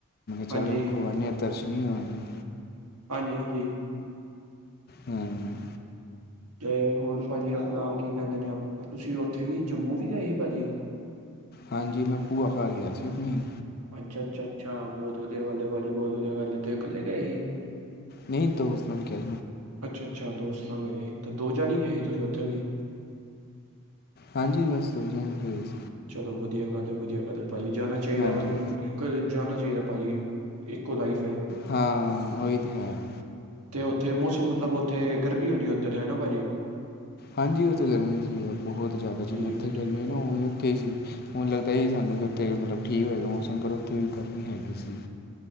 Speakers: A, on the left; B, on the right.
A: ਚਲੋ
B: ਹਾਂਜੀ,
A: ਹੋ ਆਨੇ ਦਰਸ਼ਨ ਹੀ।
B: ਹਾਂਜੀ -ਹਾਂਜੀ।
A: ਹਮ।
B: ਤੇ ਹੋਰ ਭਾਜੀ ਆਪਣਾ ਕੀ ਕਹਿੰਦੇ ਨੇ। ਤੁਸੀਂ ਉੱਥੇ ਵੀ ਜੰਮੂ ਵੀ ਗਏ ਸੀ ਭਾਜੀ।
A: ਹਾਂਜੀ। ਮੈਂ ਭੂਆ ਘਰ ਗਿਆ ਸੀ। ਆਪਣੀ
B: ਅੱਛਾ -ਅੱਛਾ- ਅੱਛਾ ਬਹੁਤ ਵਧੀਆ ਗੱਲ ਹੈ। ਭਾਜੀ ਬਹੁਤ ਵਧੀਆ ਗੱਲ ਤੇ ਇਕੱਲੇ ਗਏ ਸੀ।
A: ਨਹੀਂ ਦੋਸਤ ਬਣ ਕੇ
B: ਅੱਛਾ- ਅੱਛਾ ਦੋਸਤ ਨਾਲ ਗਏ ਸੀ। ਤੇ ਦੋ ਜਾਣੇ ਗਏ ਸੀ ਤੁਸੀਂ ਉੱਥੇ ਵੀ
A: ਹਾਂਜੀ <unintelligible> ਬਸੈ ਪਲੀਜ਼।
B: ਚਲੋ ਵਧੀਆ ਗੱਲ ਵਧੀਆ ਗੱਲ ਭਾਜੀ। ਜਾਣਾ ਚਾਹੀਦਾ,
A: ਹਾਂਜੀ
B: ਜਾਣਾ ਚਾਹੀਦਾ। ਭਾਜੀ, ਇੱਕੋ ਲਾਈਫ ਹੈ
A: ਹਾਂ ਉਹੀ ਤਾਂ ਹੈ
B: ਤੇ ਉੱਥੇ ਮੁਸ਼ਕ ਮਤਲਬ ਉੱਥੇ ਗਰਮੀ ਹੋਣੀ ਉੱਥ ਤੇ ਹੈਨਾ ਭਾਜੀ।
A: ਹਾਂਜੀ। ਉੱਥੇ ਗਰਮੀ ਸੀ ਬਹੁਤ ਜ਼ਿਆਦਾ
B: ਠੀਕ
A: ਜਿਵੇਂ ਉੱਥੇ
B: ਹੈ
A: ਗਰਮੀ
B: ਠੀਕ
A: ਨਾ
B: ਹੈ
A: ਉਵੇਂ ਉੱਥੇ ਹੀ ਸੀ। ਹੁਣ ਲੱਗਦਾ ਹੀ ਸਾਨੂੰ ਕਿ ਉੱਥੇ ਮਤਲਬ ਠੀਕ ਹੋਏਗਾ। ਮੌਸਮ ਪਰ ਉੱਥੇ ਵੀ ਗਰਮੀ ਹੈਗੀ ਸੀ।